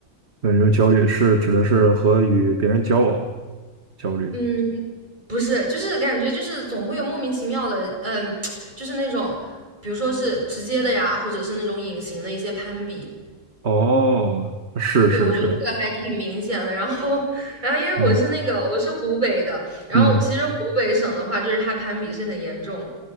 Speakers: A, on the right (about 55°); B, on the right (about 35°).
A: 对，就是焦虑是指的是和与别人交往焦虑。
B: 嗯，不是，就是感觉就是总会有莫名其妙的，嗯、就是那种，比如说是直接的呀，或者是那种隐形的一些攀比。
A: 哦，是是是，
B: 对，我觉得这个还挺明显的。然后，然后因为我是那个我是湖北的，
A: 嗯
B: 然后其实湖北省的话，
A: 嗯，
B: 就是它攀比是很严重，